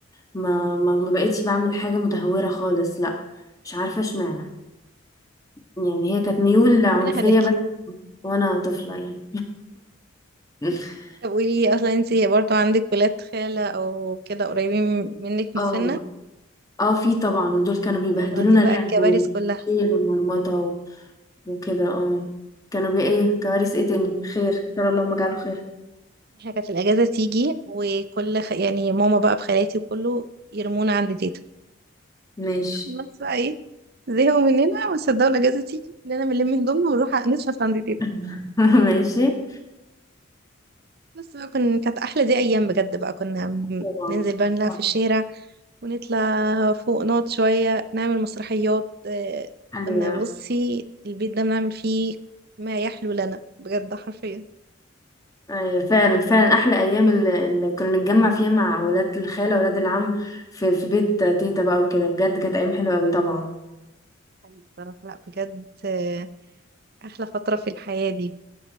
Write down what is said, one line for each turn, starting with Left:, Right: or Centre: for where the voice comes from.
Left: ما ما ما بقيتش بعمل حاجة متهورة خالص لا مش عارفة اشمعنى يعني هي كانت ميول عنفية
Right: أنا هداكي
Left: بس وأنا طفلة يعني <laughs>
Right: طب قولي أصلا انت برضو عندك ولاد خالة أو كده قريبين منك من
Left: اه
Right: السنة
Left: اه في طبعا ودول كانوا بيبهدلونا
Right: طب دي بقى
Left: لعب
Right: الكوارث
Left: وشيل
Right: كلها
Left: ومرمطة و- وكده اه كانوا بي ايه كوارث ايه تاني خير خير اللهم اجعله خير
Right: احنا كانت الأجازة تيجي وكل خ... يعني ماما بقى بخالاتي وكله يرمونا عند تيتا
Left: ماشي
Right: بس بقى زهقوا مننا ما صدقوا الاجازه تيجي كلنا بنلم هدومنا ونروح نشفط عند تيتا
Left: <laughs> ماشي
Right: بس بقى كن... كانت احلى دي ايام بجد بقى كنا م-
Left: طبعا
Right: ننزل بقى نلعب
Left: صح.
Right: في الشارع ونطلع فوق نقعد شويه نعمل مسرحيات آه،
Left: ايوه
Right: كنا بصي البيت ده بنعمل فيه ما يحلو لنا بجد حرفيا
Left: ايوه فعلا فعلا احلى ايام اللي اللي كنا نتجمع فيها مع ولاد الخاله ولاد العم في في بيت تيتا بقى وكده بجد كانت ايام حلوه قوي طبعا
Right: حقيقي بصراحه لا بجد آه، احلى فتره في الحياه دي